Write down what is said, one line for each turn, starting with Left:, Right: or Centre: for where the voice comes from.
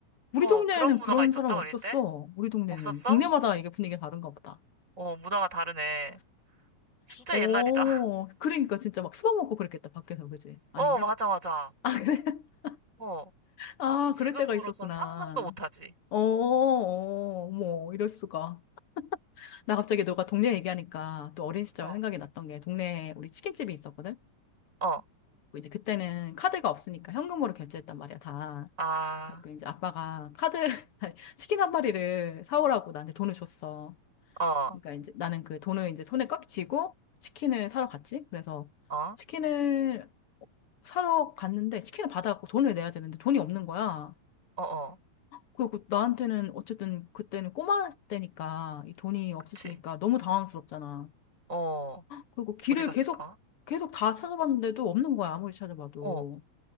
Left: 우리
Right: 어,
Left: 동네에는
Right: 그런 문화가
Left: 그런
Right: 있었다,
Left: 사람 없었어.
Right: 어릴 때?
Left: 우리 동네는.
Right: 없었어?
Left: 동네마다 이게 분위기가 다른가 보다.
Right: 어, 문화가 다르네. 진짜
Left: 어,
Right: 옛날이다. <laughs>
Left: 그러니까 진짜 막 수박 먹고 그랬겠다, 밖에서, 그지? 아닌가?
Right: 어, 맞아, 맞아.
Left: 아, 그래? <laughs>
Right: 어,
Left: 아,
Right: 지금으로선
Left: 그럴 때가 있었구나.
Right: 상상도 못하지.
Left: 어, 어, 머 이럴 수가. 나 갑자기 너가 동네 얘기하니까 또 어린 시절
Right: 어,
Left: 생각이 났던 게 동네에 우리 치킨집이 있었거든?
Right: 어,
Left: 그 이제 그때는 카드가 없으니까 현금으로 결제했단 말이야, 다.
Right: 아,
Left: 그 이제 아빠가 카드, <laughs> 아니, 치킨 한 마리를 사오라고 나한테 돈을 줬어.
Right: 어,
Left: 그러니까 이제 나는 그 돈을 이제 손에 꽉 쥐고 치킨을 사러 갔지. 그래서
Right: 어,
Left: 치킨을 사러 갔는데 치킨을 받아갖고 돈을 내야 되는데 돈이 없는 거야.
Right: 어, 어,
Left: 그리고 나한테는 어쨌든 그때는 꼬마 때니까 이 돈이 없어지니까
Right: 그치.
Left: 너무 당황스럽잖아.
Right: 어,
Left: 그리고 길을
Right: 어디 갔을까?
Left: 계속 계속 다 찾아봤는데도 없는 거야, 아무리 찾아봐도.
Right: 어,